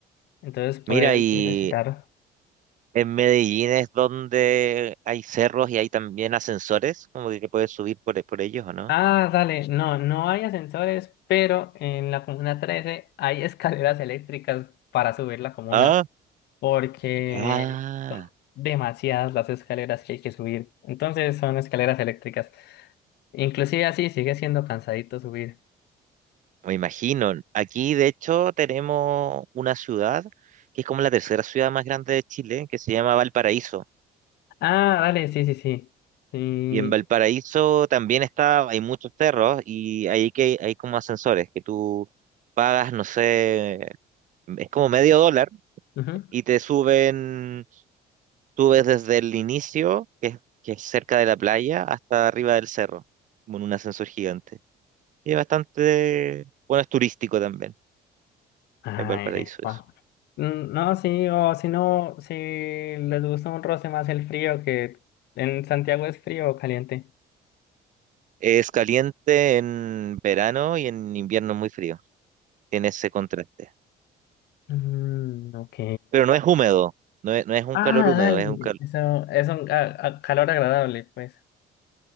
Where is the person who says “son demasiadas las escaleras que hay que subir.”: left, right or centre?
Left